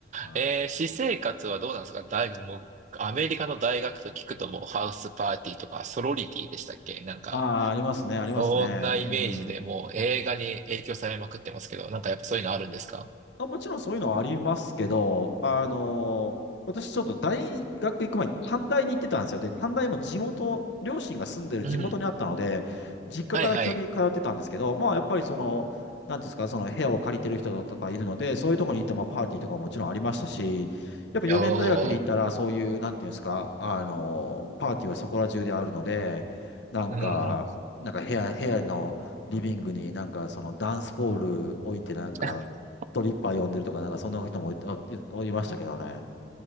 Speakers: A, on the left; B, on the right.
A: い
B: えー私生活はどうなんですか大学、もう、アメリカの大学と聞くともうハウスパーティーとかソロリティでしたっけなんか、
A: ああ、ありますね、ありますね。
B: そんなイメージでもう映画に影響されまくってますけど、
A: うん。
B: なんかやっぱそういうのあるんですか
A: あ、もちろんそういうのはありますけど、あの、私ちょっと大学行く前に短大に行ってたんですよ。で、短大も地元、両親が住んでる地元にあったので、
B: うん。
A: 実家から基本的に通ってたんですけど、
B: はいはい。
A: まあやっぱりその、なんていうんですか、その部屋を借りてる人とかいるので、そういうところに行ってもパーティーとかもちろんありましたし、やっぱ4年大学に行ったらそういう、
B: おー。
A: なんていうんですか、あの、パーティーはそこら中であるので、なんか、
B: うんうん。
A: なんか部屋、部屋のリビングになんかそのダンスポール置いてなんか、
B: <laughs>
A: トリッパー呼んでるとか、なんかそんな人もいた、おいましたけどね。